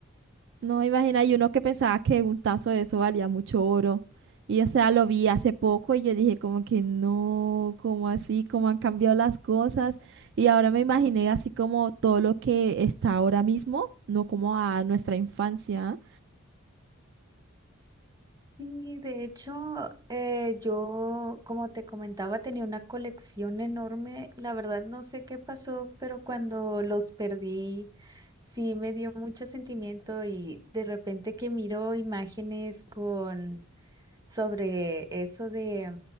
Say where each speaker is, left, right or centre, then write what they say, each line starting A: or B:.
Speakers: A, on the right; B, on the right.
A: No, imagina, y uno que pensaba que un tazo de eso valía mucho oro. Y o sea, lo vi hace poco y yo dije como que no, como así, cómo han cambiado las cosas. Y ahora me imaginé así como todo lo que está ahora mismo, no como a nuestra infancia.
B: Sí, de hecho, eh, yo, como te comentaba, tenía una colección enorme. La verdad, no sé qué pasó, pero cuando los perdí, sí me dio mucho sentimiento y de repente que miro imágenes con... sobre eso de